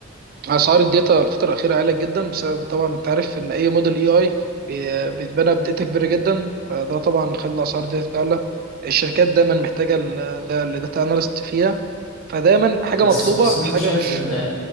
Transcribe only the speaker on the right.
اسعار الداتا الفتره الاخيره عاليه جدا بسبب طبعا انت عارف ان اي موديل اي اي بيتبنى بداتا كبيره جدا فده طبعا خلى اسعار الداتا تعلى الشركات دايما محتاجه ال- ده الداتا اناليست فيها فدايما حاجه
مطلوبه
حاجه
مش